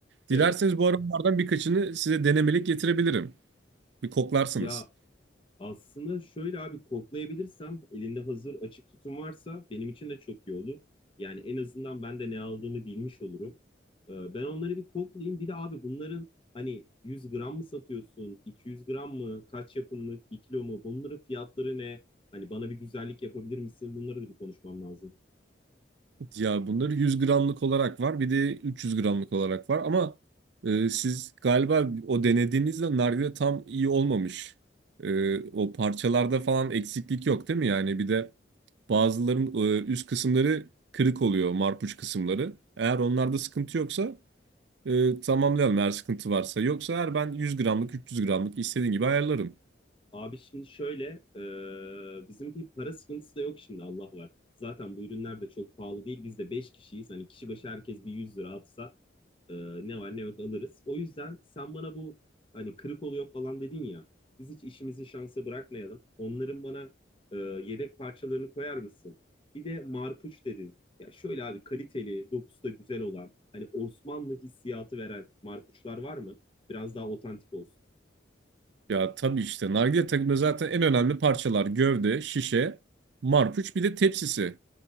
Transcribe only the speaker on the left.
Evet.
Ya aslında şöyle abi koklayabilirsem elinde hazır açık tutum varsa benim için de çok iyi olur. Yani en azından ben de ne aldığımı bilmiş olurum. Ee, ben onları bir koklayayım. Bir de abi bunların hani 100 gram mı satıyorsun, 200 gram mı, kaç yapımlık, 1 kilo mu, bunların fiyatları ne? Hani bana bir güzellik yapabilir misin? Bunları da bir konuşmam lazım.
Abi şimdi şöyle, e, bizim bir para sıkıntısı da yok şimdi Allah var. Zaten bu ürünler de çok pahalı değil. Biz de 5 kişiyiz. Hani kişi başı herkes bir 100 lira atsa e, ne var ne yok alırız. O yüzden sen bana bu hani kırık oluyor falan dedin ya. Biz hiç işimizi şansa bırakmayalım. Onların bana e, yedek parçalarını koyar mısın? Bir de marpuç dedin. Ya şöyle abi kaliteli, dokusu da güzel olan, hani Osmanlı hissiyatı veren marpuçlar var mı? Biraz daha otantik olsun.